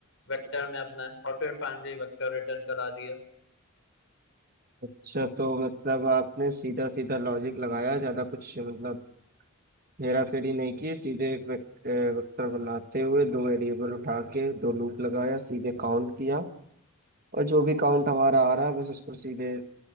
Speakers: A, on the left; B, on the right.
A: वेक्टर में अपना और फिर फाइनली वेक्टर रिटर्न करा दिया
B: अच्छा तो मतलब आपने सीधा सीधा लॉजिक लगाया ज्यादा कुछ मतलब हेरा फेरी नहीं की सीधे एक वेक्टर बनाते हुए दो वेरिएबल उठा के दो लूप लगाया सीधे काउंट किया और जो भी काउंट हमारा आ रहा है बस उसको सीधे